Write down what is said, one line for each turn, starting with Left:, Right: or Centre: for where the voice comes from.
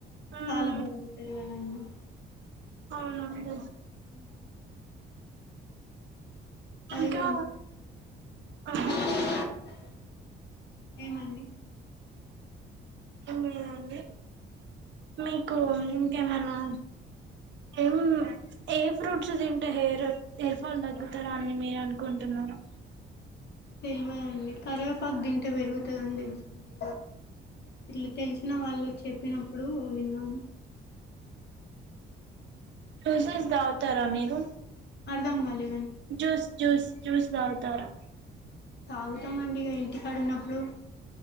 Right: మ్మ్
Left: చాలా బాగుంటాంది కదండి
Right: అవునుంట
Left: అ అది
Right: ఇంకా
Left: కూడా
Right: ఆ
Left: <inaudible> ఏమండి
Right: దండి మీకు ఇంకేమనా ఏం హెయిర్ ఫ్రూట్స్ తింటే హెయిర్ హయిర్ ఫాల్ తగ్గుతారా అని మీరు అనుకుంటు టున్నారు
Left: తెలియదండి కరివేపాకు తింటే పెరుగుతుందని తెలుసండి ఇట్లు తెలిసిన వాళ్ళు చెప్పినప్పుడు విన్నాను
Right: జ్యూసెస్ తవుతారా మీరు
Left: అర్ధాం కాలే
Right: జూస్ జుస్ జూస్ తగుతారా
Left: తాగుతామండి ఇంటికాడ ఉన్నప్పుడు